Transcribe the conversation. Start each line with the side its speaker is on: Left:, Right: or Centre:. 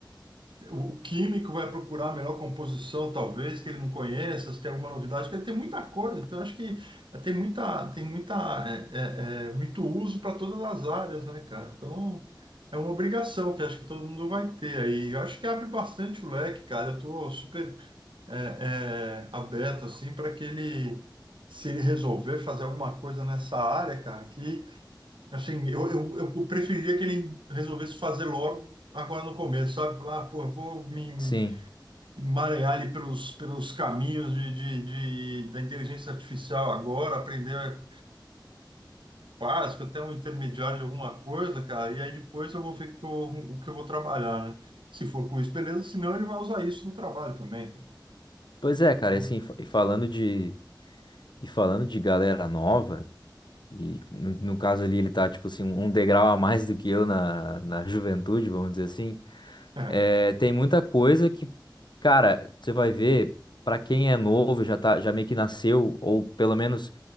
Right: o químico vai procurar a melhor composição, talvez, que ele não conheça, se tem alguma novidade, porque tem muita coisa. Então, acho que eh, tem muita, tem muita, é, é, é, muito uso para todas as áreas, né, cara? Então, é uma obrigação que acho que todo mundo vai ter aí. Eu acho que abre bastante o leque, cara. Eu estou super é, é, aberto, assim, para que ele, se ele resolver fazer alguma coisa nessa área, cara, que Assim, eu, eu, eu preferiria que ele resolvesse fazer logo agora no começo, sabe? Falar, ah, pô, eu vou me
Left: Sim.
Right: emaranhar ali pelos, pelos caminhos de, de, de- da inteligência artificial agora, aprender básico, até um intermediário de alguma coisa, cara, e aí depois eu vou ver o que eu, o que eu vou trabalhar, né? Se for com isso, beleza, senão ele vai usar isso no trabalho também. cara.
Left: Pois é, cara,
Right: Então,
Left: assim, fa- e falando de e falando de galera nova, E no, no caso ali, ele tá, tipo assim, um um degrau a mais do que eu na, na <laughs> juventude, vamos dizer assim.
Right: é.
Left: É, tem muita coisa que, cara, você vai ver, pra quem é novo, já tá, já meio que nasceu, ou pelo menos